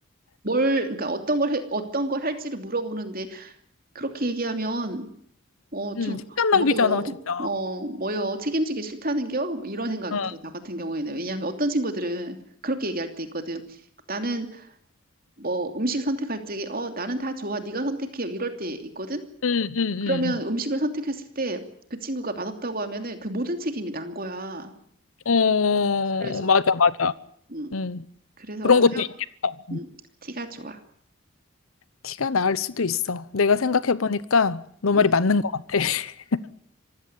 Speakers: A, on the right; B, on the left.
A: 뭘, 그러니까 어떤 걸 해, 어떤 걸 할지를 물어보는데, 그렇게 얘기하면, 어,
B: <laughs>
A: 좀,
B: 음, 시간
A: 뭐요?
B: 낭비잖아, 진짜.
A: 어, 뭐요? 책임지기 싫다는겨? 뭐 이런 생각이
B: 어.
A: 들어, 나 같은 경우에는. 왜냐하면 어떤 친구들은 그렇게 얘기할 때 있거든. 나는 뭐 음식 선택할 적에, 어, 나는 다 좋아. 네가 선택해. 이럴 때 있거든?
B: 응, 응,
A: 그러면 음식을 선택했을 때, 그 친구가 맛없다고 하면은 그 모든 책임이 난 거야.
B: 응. 어,
A: 그래서,
B: 맞아, 맞아.
A: 음,
B: 응.
A: 그래서
B: 그런
A: 하여,
B: 것도 있겠다.
A: 음, 티가 좋아.
B: 티가 나을 수도 있어. 내가 생각해보니까 너
A: 음,
B: 말이 맞는 것 같아. <laughs>